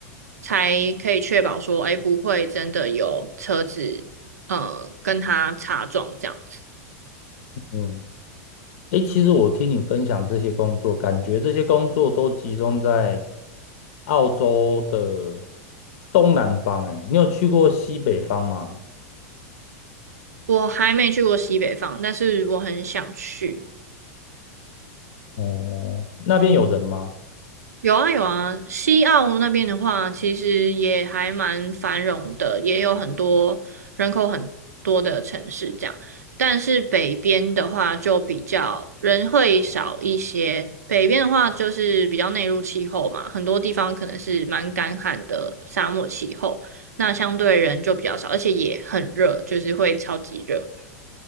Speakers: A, on the right (about 85°); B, on the left (about 65°).
A: 才可以确保说，哎，不会真的有车子呃跟它擦撞这样子。
B: 嗯，诶，其实我听你分享这些工作，感觉这些工作都集中在澳洲的东南方。诶，你有去过西北方吗？
A: 我还没去过西北方，但是我很想去。
B: 哦，那边有人吗？
A: 有啊有啊，西澳那边的话，其实也还蛮繁荣的，也有很多人口很多的城市这样。但是北边的话就比较人会少一些，北边的话就是比较内陆气候嘛，很多地方可能是蛮干旱的沙漠气候，那相对人就比较少，而且也很热，就是会超级热。